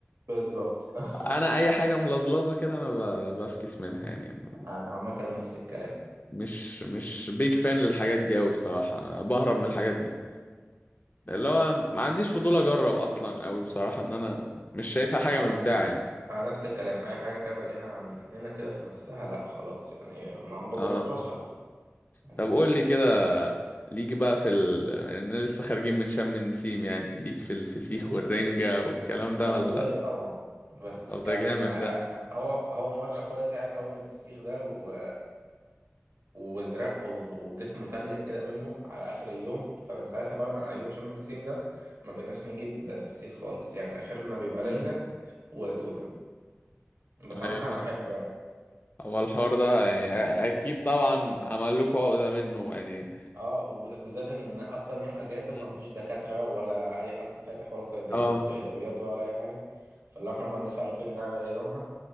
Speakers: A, on the right; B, on the left.
A: بالظبط <laughs>
B: انا اي حاجه ملظلظه كده انا ب- بفكس منها يعني أنا
A: انا عامه نفس الكلام
B: مش مش بيج فان للحاجات دي قوي بصراحه انا بهرب من الحاجات
A: مم.
B: دي اللي هو ما عنديش فضول اجرب اصلا قوي بصراحه ان انا مش شايفها حاجه
A: آه،
B: ممتعه يعني
A: انا نفس الكلام اي حاجه كده بلاقيها مدهنينه كده في نفسها لا خلاص يعني ما بجربهاش
B: اه
A: حتى يعني
B: طب قول لي كده ليك بقى في ال... إن لسه خارجين من شم النسيم يعني ليك في الفسيخ
A: فسيخ
B: والرنجة والكلام ده
A: انا
B: ولا
A: ليا طبعا بس
B: طب
A: كان
B: ده جامد
A: آه،
B: ده
A: آه، هو هو مره اخويا تعب قوي من الفسيخ ده و وازرق و- وجسمه تلج كده منه على اخر اليوم فمن ساعتها بقى مع يوم شم النسيم ده ما بقيناش نجيب فسيخ خالص يعني اخرنا بيبقى
B: امم
A: رنجة وتونة بس عامة
B: ايوه
A: انا
B: فاهم
A: بحبه يعني
B: هو الحوار ده يعني أ- اكيد طبعا عمل لكم عقدة منه يعني
A: اه وبالذات ان اصلا يوم اجازة
B: مم.
A: فمفيش دكاترة ولا اي حد فاتح ولا صيدل
B: اه
A: صيدليات ولا اي حاجة فاللي احنا ما كناش عارفين نعمل ايه يومها